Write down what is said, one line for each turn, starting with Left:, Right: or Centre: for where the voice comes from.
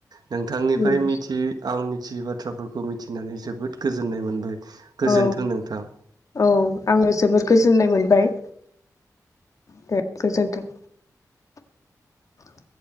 Right: नोंथां निफ्राय
Left: उम
Right: मिथि आं मिथियि बाथ्रा फोरखौ मिथिनानै जोबोद गोजोननाय मोनबाय। गोजोन्थों
Left: औ
Right: नोंथां
Left: औ आङो जोबोर गोजोननाय मोनबाय। दे गोजोनथों <inaudible>